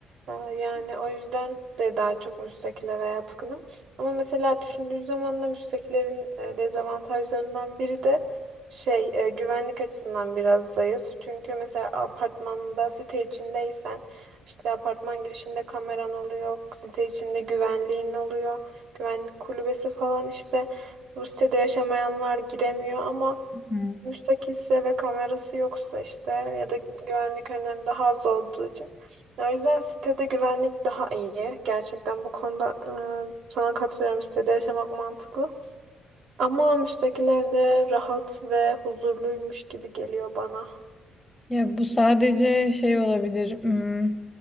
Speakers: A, on the right (about 70°); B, on the left (about 15°).
A: E, yani o yüzden de daha çok müstakile veya yatkınım. Ama mesela düşündüğün zaman da müstakillerin e, dezavantajlarından biri de şey e, güvenlik açısından biraz zayıf. Çünkü mesela apartmanda site içindeysen işte apartman girişinde kameran oluyor, site içinde güvenliğin oluyor, güvenlik kulübesi falan işte bu sitede yaşamayanlar giremiyor ama
B: <laughs>
A: müstakilse ve kamerası yoksa işte ya da güvenlik önlemi daha az olduğu için. O yüzden sitede güvenlik daha iyi. Gerçekten bu konuda e, sana katılıyorum. Sitede yaşamak mantıklı. Ama müstakil evde rahat ve huzurluymuş gibi geliyor bana.
B: Ya bu sadece şey olabilir. hmm,